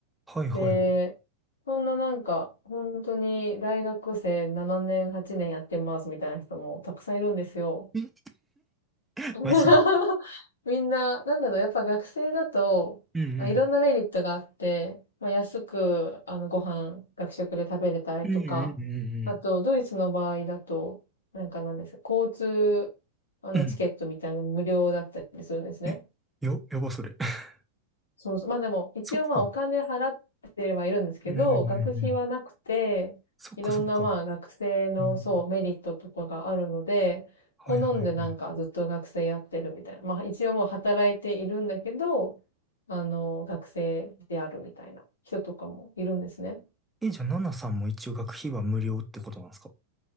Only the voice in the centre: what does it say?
はいはいは
い。え
<laughs> マジ。
うんうん。
うんうんう
んうん。うん。
え、や、やばそれ。<laughs>
そっか。うんうんうんうん。
そっかそっか。
うん。はいはいは
い。え、じゃあ、ナナさんも一応学費は無料ってことなんですか